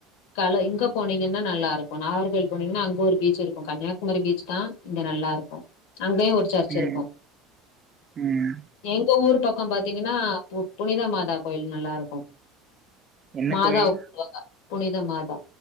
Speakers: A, on the left; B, on the right.
A: கல இங்க போனீங்கன்னா நல்லா இருக்கும் நார்கல் போனீங்கன்னா அங்க ஒரு பீச்சி இருக்கும் கன்னியாகுமரி பீச் தா இங்க நல்லா இருக்கும் அங்கயும் ஒரு சர்ச்சி இருக்கும்
B: ம் ம்
A: எங்க ஊர் பக்கம் பாத்தீங்கன்னா பு புனித மாதா கோயில் நல்லா இருக்கும்
B: என்ன
A: மாதா
B: கோயில்
A: கும்புடுவாங்க புனித மாதா